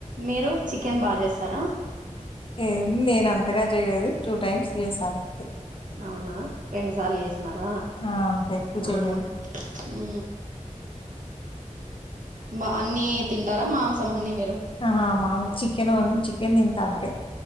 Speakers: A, on the right; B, on the left.
A: మీరు చికెన్ బా జేస్తారా
B: ఏం నేను అంతగా చేయలేదు టూ టైమ్స్ చేసానంతే
A: అవునా రెండు సార్లు చేసినారా
B: ఆ! అంత ఎక్కువ చేయలేదు.
A: ఆ ఊ బ అన్ని తింటారా మాంసం అన్నీ మీరు
B: ఆహా మా చికెన్ చికెన్ తింతా అంతే